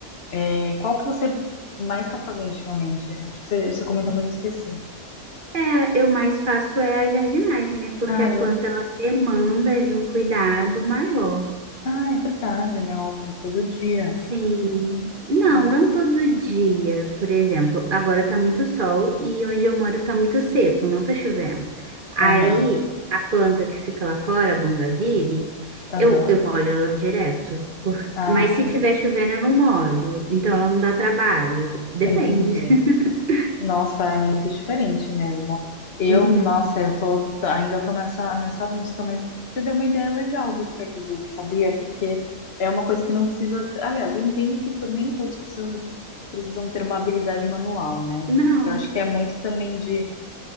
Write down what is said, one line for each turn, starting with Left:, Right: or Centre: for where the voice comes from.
Left: é, qual que você mais está fazendo ultimamente? Acho que você, você comentou, mas eu esqueci.
Right: É, eu mais faço é a jardinagem, né? Porque
Left: Ah,
Right: a
Left: já.
Right: planta, ela demanda ali um cuidado maior.
Left: Ah, é verdade, né? Óbvio, todo dia.
Right: Sim, não,
Left: Nossa.
Right: não todo dia, por exemplo. Agora tá muito sol e onde eu moro tá muito seco, não tá chovendo. Aí
Left: Aham,
Right: a planta que fica lá fora, a bougainville,
Left: aham.
Right: eu, eu molho ela direto. por-
Left: Ah,
Right: Mas
Left: sim.
Right: se tiver chovendo, eu não molho, então ela não dá trabalho. Depende.
Left: Entendi.
Right: <laughs>
Left: Nossa, é muito diferente mesmo. Eu,
Right: Uhum.
Left: nossa, eu tô, tô- ainda tô nessa, nessa busca, mas você deu uma ideia legal do scrapbook, sabia? Porque é uma coisa que não precisa. Aliás, eu entendo que to- nem todos precisam, de, precisam ter uma habilidade manual, né?
Right: Não.
Left: Eu acho que é muito também de,